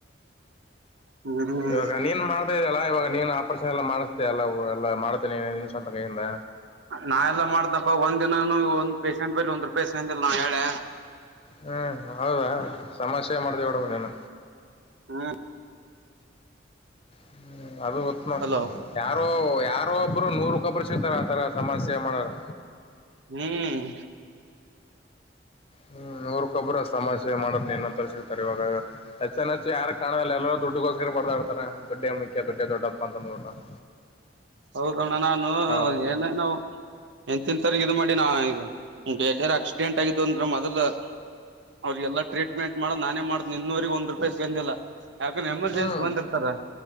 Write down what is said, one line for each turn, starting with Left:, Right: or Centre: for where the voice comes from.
Right: ಹ್ಮ್
Left: ಇವಾಗ ನೀನ್ ಮಾಡ <unintelligible> <unintelligible> ಲ್ಲಾ ಇವಾಗ ನೀನು ಆಪರೇಷನ್ ಎಲ್ಲ ಮಾಡ್ಸದೇ ಎಲ್ಲಾ ಎಲ್ಲ ಮಾಡತ್ಯಾ ನಿನ್ ಸ್ವಂತ ಕೈಯಿಂದ
Right: ನಾ ಎಲ್ಲಾ ಮಾಡ್ತಾನೆ ಪ ಒಂದಿನನು ಒಂದ್ ಪೇಶೆಂಟ್ ಬಲ್ಲಿ ಒಂದ್ ರೂಪಾಯಿ ಇಸಗಂದಿಲ್ಲ ನಾ ಹೇಳ್ಯಾ
Left: ಹ್ಮ್ ಹೌದ ಸಮಸ್ಯೆ ಮಾಡ್ದೆ ಹೊಡೊಗ್ಯಾನ
Right: ಹು
Left: ಹ್ಮ್ <unintelligible> ಅದು ಉತ್ತಮನಾ
Right: ಹಲೋ
Left: ಯಾರೋ ಯಾರೋ ಒಬ್ರು ನೂರಕ್ ಒಬ್ರ್ ಸಿಗ್ತಾರ ಆತರ ಸಮಸ್ಯೆ ಮಾಡಾರು
Right: ಹ್ಮ್
Left: ಹ್ಮ್ ನೂರುಕ್ಕೊಬ್ರು ಸಮಾಜ ಸೇವೆ ಮಾಡಕ ನಿನ್ನಂತರೆ ಸಿಗ್ತಾರ ಇವಾಗ ಎಚ್ಯಾನ್ಎಚ್ ಯಾರ ಕಾಣದಲ್ಲ ಎಲ್ಲರ ದುಡ್ಡಿಗೋಸ್ಕರ ಬಡ್ತಾಡ್ತರ ದುಡ್ಡೇ ಮುಖ್ಯ ದೊಡ್ಡೇ ದೊಡ್ಡಪ್ಪ ಅಂತಂದ್ಬುಟ್ಟು <inaudible>
Right: ಹೌದಣ್ಣ ನಾನು
Left: ಹ್ಮ್
Right: ಏನೇನೋ ಎಂತೆಂತರ್ಗಿ ಇದು ಮಾಡಿನಾ ಇಗ ಎಲ್ಲ್ಯಾರ ಆಕ್ಸಿಡೆಂಟ್ ಆಗಿದ್ದು ಅಂದ್ರ ಮದುಲ್ ಅವ್ರಿಗೆಲ್ಲ ಟ್ರೀಟ್ಮೆಂಟ್ ಮಾಡದ್ ನಾನೇ ಮಾಡ್ತನೆ ಇನ್ನೂವರಿಗ್ ಒಂದ್ ರೂಪಾಯಿ ಇಸ್ಗಂದಿಲ್ಲಾ ಯಾಕಂದ್ರ ಎಮರ್ಜೆನ್ಸಿ
Left: ಹ್ಮ್
Right: ಬಂದಿರ್ತಾರ